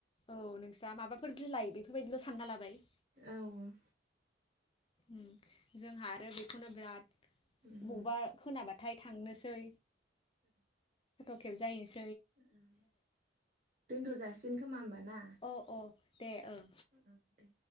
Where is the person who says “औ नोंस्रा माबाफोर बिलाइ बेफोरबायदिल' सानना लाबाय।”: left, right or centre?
Left